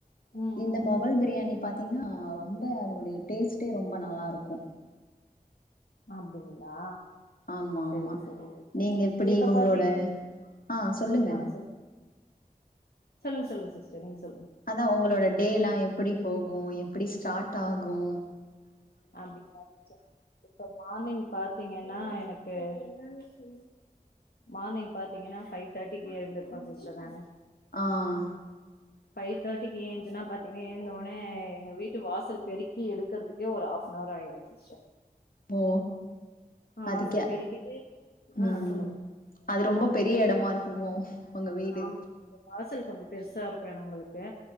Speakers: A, on the left; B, on the left.
A: ம் ம்
B: இந்த மொகல் பிரியாணி பாத்தீங்கன்னா ரொம்ப அதனுடைய டேஸ்ட்டே ரொம்ப நல்லாயிருக்கோ
A: அப்டிங்களா
B: ஆமா
A: சரிங்க
B: ஆமா
A: சரிங்க சிஸ்டர்
B: நீங்க எப்டி
A: இப்ப
B: உங்களோட
A: பாத்தீங்கன்
B: ஆஹ் சொல்லுங்க
A: ஆ சொல் சொல்லுங்க சொல்லுங்க சிஸ்டர் நீங்க சொல்லுங்க
B: அதா உங்களோட டேலா எப்டி போகோ எப்டி ஸ்டார்ட் ஆகோ
A: அப்டிங்களா டீச்சர் இப்ப மார்னிங் பாத்தீங்கன்னா எனக்கு எனக்கு மார்னிங் பாத்தீங்கன்னா ஃபைவ் தேர்ட்டிக்கு எழுந்திருப்பே சிஸ்டர் நானு
B: ஆஹ்
A: ஃபைவ் தேர்ட்டிக்கு ஏஞ்சன்னா பாத்தீங்கன்னா எழுந்தோனே எங்க வீட்டு வாசல் பெருக்கி எடுக்குறதுக்கே ஒரு ஆஃப் ணார் ஆயிடோங்க சிச்டர்
B: ஓ அதுக்கே
A: வாசல பெருக்கிட்டு ஆ
B: உம்
A: சொல்லுங்க
B: அது ரொம்ப பெரியயெடமாயிருக்கோ <unintelligible> உங்க வீடு
A: ஆமா வாசல் கொஞ்சோ பெருசாயிருக்கோ எங்களுக்கு